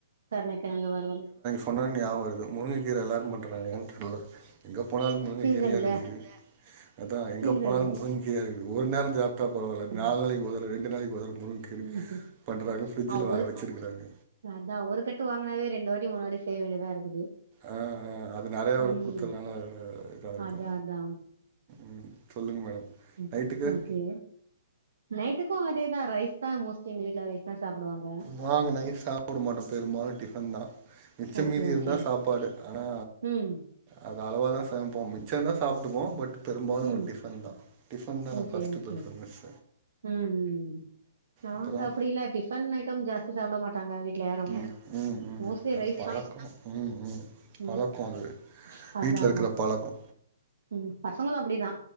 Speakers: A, on the right; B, on the right.
A: கருணக்கெழங்கு வறுவல்
B: இப்பனா ஞாபகம் வருது முருங்கக்கீர எல்லாரு பண்ணுறாங்க ஏன்னு தெர்ல எங்க போனாலு முருங்கக்கீரையா
A: சீசன்ல
B: இருக்குது அதா எங்க
A: சீசனு
B: போனாலு முருங்க கீரையா இருக்குது ஒரு நேர சாப்ட்டா பரவாயில்ல
A: ம்
B: நாலு நாளைக்கு ஒரு தரவ ரெண்டு நாளைக்கு ஒரு தரவ கீர
A: ம்
B: பண்றாங்க ஃபிரட்ஜ்ல
A: ஆ
B: வேற
A: ஒரு
B: வச்சிருக்கிறாங்க
A: அதா ஒரு கட்டு வாங்குனாவே ரெண்டு வாட்டி மூணு வாட்டி செய்ய வேண்டியதா இருக்குது
B: ஆ ஆ அது நெறைய வேற
A: ம்
B: குடுத்துர்றாங்க அது இதா இருக்கு
A: அதா அதா
B: ம் சொல்லுங்க மேடம்
A: ம்
B: நைட்டுக்கு
A: ஓகே நைட்டுக்கு அதேதா ரைஸ் தா மோஸ்ட்லி எங்க வீட்ல ரைஸ் தா சாப்புடுவாங்க
B: நாங்க நைட் சாப் புடமாட்டோ பெரும்பாலு டிஃபன் தா மிச்ச
A: ஓகே
B: மீதி
A: ஓகே
B: இருந்தா சாப்பாடு ஆனா
A: ம்
B: அது அளவா தா சமைப்போ மிச்ச இருந்தா சாப்புடுவோ பட் பெரும்பாலு
A: ம்
B: டிஃபன் தா டிஃபற் தா நம்ம
A: ஓகே
B: ஃபஸ்ட்டு்
A: ஓகே
B: பிரிஃபரன்ஸ்
A: ம் ம் நாங்க
B: அப்புறம்
A: அப்டி இல்ல டிஃபன் ஐட்டம் ஜாஸ்தி சாப்புட மாட்டாங்க வீட்ல யாரு
B: ம் ம் ம் ம்
A: மோஸ்ட்லி
B: அது
A: ரைஸ்
B: பழக்கோ
A: தா
B: ம் ம்
A: ம்
B: பழக்கோ அது
A: அதா
B: வீட்ல இருக்கிற
A: அதா
B: பழக்கோ
A: ம் பசங்களு அப்டிதா